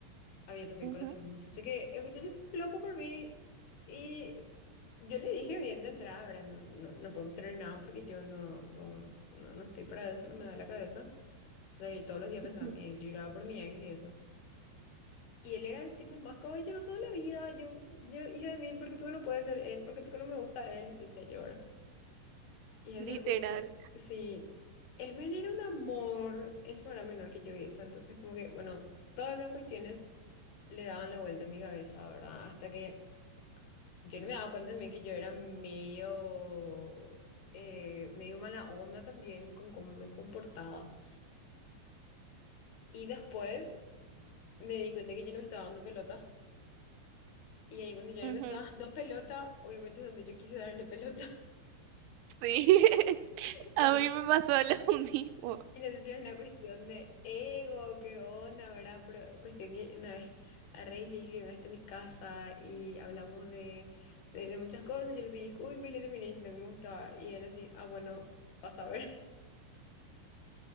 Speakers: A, on the left; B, on the right.
A: Había también
B: Ujú,
A: conocido a un muchacho que el muchacho estaba loco por mí y yo le dije bien de entrada, ¿verdad? No, no, no podemos tener nada porque yo no, no, no, no estoy para eso, no me da la cabeza. Sino que todos los días
B: ujú,
A: pensaba en mi ex, yo lloraba por mi ex y eso. Y él era el tipo más caballeroso de la vida. Yo, yo, hija de mil, ¿por qué Pico no puede ser él? ¿Por qué Pico no me gusta él? Decía yo, ¿verdad? Y eso
B: Literal.
A: como que, sí, él men era un amor, encima era menor que yo y eso. Entonces como que, bueno, todas esas cuestiones le daban la vuelta a mi cabeza, ¿verdad? Hasta que yo no me daba cuenta también que yo era medio, eh, medio mala onda también con cómo me comportaba. Y después me di cuenta que yo no me estaba dando pelota. Y ahí cuando yo
B: ujú,
A: no me estaba dando <laughs> pelota, obviamente es donde yo quise darle pelota.
B: sí. <laughs>
A: <laughs>
B: A mí me pasó lo <laughs> mismo.
A: Y no sé si es una cuestión de ego, qué onda, ¿verdad? Pero cuestión que una vez a Rey le dije que venga hasta mi casa y hablamos de, de, de muchas cosas. Yo le pedí disculpas y le terminé diciendo que me gustaba. Y él así, ah, bueno, pasa a ver. <laughs>